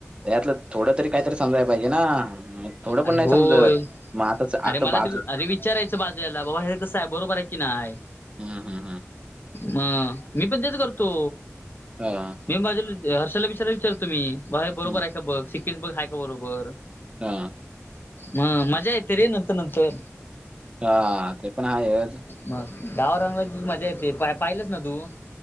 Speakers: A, on the right; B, on the left.
A: त्यातलं थोडं तरी काहीतरी समजाय पाहिजे ना! थोडं
B: अरे
A: पण
B: होय
A: नाही समजत, मग आता च-आता
B: अरे मला
A: बाज
B: तरी अरे विचारायचं बाजल्याला, बाबा हे कसंय बरोबरे की नाय?
A: हम्म-हम्म-हम्म.
B: मग, मी पण तेच करतो.
A: हा
B: मी माझ्याल हर्षलला विचारय विचारतो मी, बा हे बरोबर
A: हम्म
B: आहे का बघ, सिंकेस बघ हाय का बरोबर?
A: हा.
B: मग मजा येत रे नंतर-नंतर.
A: हा ते पण हायच.
B: मग, डाव रंगला की मजा येते, पाय-पाहिलंस ना तू?